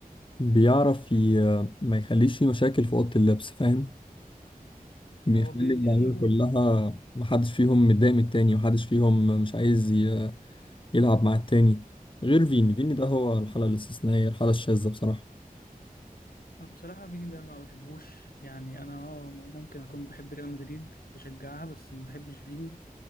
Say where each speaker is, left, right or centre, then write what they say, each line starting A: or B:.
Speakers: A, on the left; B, on the left.
A: بيعرف ي... ما يخليش فيه مشاكل في أوضة اللبس فاهم بيخلي
B: هو بيدير
A: اللعيبة
B: النجوم
A: كلها محدش فيهم متضايق من التاني محدش فيهم مش عايز ي... يلعب مع التاني غير فيني فيني
B: مم.
A: ده هو الحالة الاستثنائية الحالة الشاذة بصراحة
B: بصراحة فيني ده ما بحبوش يعني أنا اه ممكن أكون بحب ريال مدريد بشجعها بس ما بحبش فيني